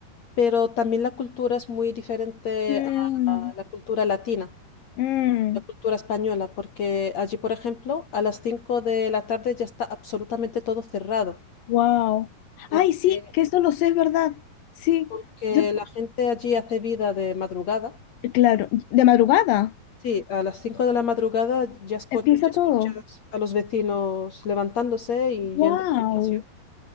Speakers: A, on the left; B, on the left.
A: pero también la cultura es muy diferente
B: Mm,
A: a la cultura latina.
B: mm,
A: la cultura española, porque allí, por ejemplo, a las 5 de la tarde ya está absolutamente todo cerrado,
B: wow.
A: porque,
B: Ay, sí, que eso lo sé, es verdad. Sí.
A: porque
B: Yo,
A: la gente allí hace vida de madrugada.
B: Claro, de madrugada
A: Sí, a las 5 de la madrugada ya, esco-
B: empieza
A: ya escuchas
B: todo.
A: a los vecinos levantándose y
B: ¡Wow!
A: yendo al gimnasio.